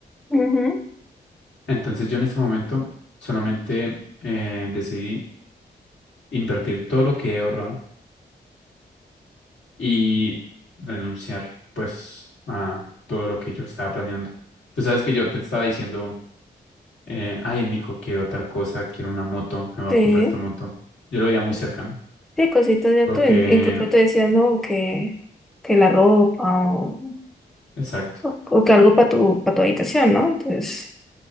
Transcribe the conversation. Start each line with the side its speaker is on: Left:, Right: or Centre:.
Centre: Ujú,
Left: Entonces yo en este momento solamente eh, decidí invertir todo lo que he ahorrado y renunciar pues a todo lo que yo estaba planeando. Tú sabes que yo te estaba diciendo eh, ay, Nico, quiero tal cosa, quiero una moto, me voy
Centre: Sí.
Left: a comprar esta moto. Yo lo veía muy cercano,
Centre: Sí, cositas de
Left: porque,
Centre: tú. Incluso te decía, no, que, que la ropa o,
Left: exacto,
Centre: o- o que algo para tu, para tu habitación, ¿no? Entonces,